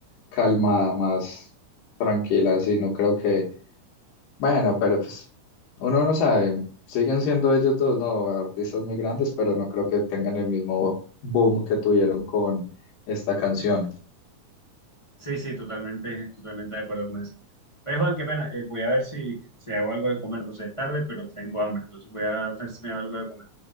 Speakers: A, on the left; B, on the left.
A: calmada, más tranquila, así, no creo que Bueno, pero pues uno no sabe, siguen siendo ellos dos, ¿no? Artistas muy grandes, pero no creo que tengan el mismo boom que tuvieron con esta canción.
B: Sí, sí, totalmente, totalmente de acuerdo con eso. Pues Juan, qué pena, eh, voy a ver si, si hago algo de comer, no sé, es tarde, pero tengo hambre, entonces voy a ver si me hago algo de comer.